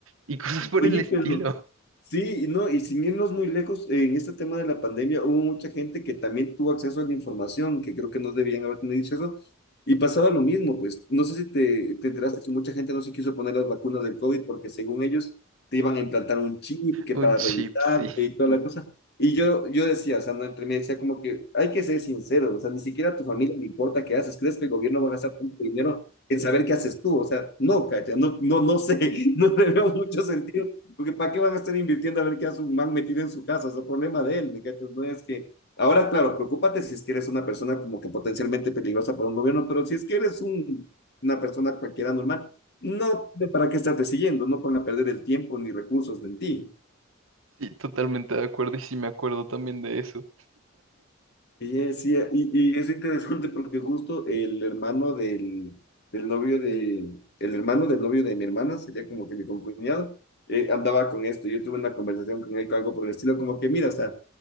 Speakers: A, on the right; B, on the left.
A: y <laughs> cosas por
B: Oye,
A: el estilo.
B: pero Sí, y no, y sin irnos muy lejos, en este tema de la pandemia hubo mucha gente que también tuvo acceso a la información, que creo que no debían haber tenido acceso, y pasaba lo mismo, pues. No sé si te, te enteraste que mucha gente no se quiso poner las vacunas del COVID porque según ellos te iban a implantar un chip que
A: Un
B: para
A: chip,
B: revisar
A: sí.
B: y toda la cosa. Y yo, yo decía, o sea, no, entre mí decía como que hay que ser sincero, o sea, ni siquiera a tu familia le importa qué haces, ¿crees que el gobierno va a gastar tanto dinero en saber qué haces tú? O sea, no, Katia, no, no, no sé, <laughs> no le veo mucho sentido porque ¿para qué van a estar invirtiendo a ver qué hace un man metido en su casa? Es el problema de él, ¿me cachas? No es que... Ahora, claro, preocúpate si es que eres una persona como que potencialmente peligrosa para un gobierno, pero si es que eres un, una persona cualquiera normal, no tiene para qué estarte siguiendo, no ponga a perder el tiempo ni recursos en ti.
A: Sí, totalmente de acuerdo y sí me acuerdo también de eso.
B: Y es, y, y es interesante porque justo el hermano del, del novio de, el hermano del novio de mi hermana, sería como que mi concuñado, eh, andaba con esto. Yo tuve una conversación con él, con algo por el estilo, como que mira, o sea,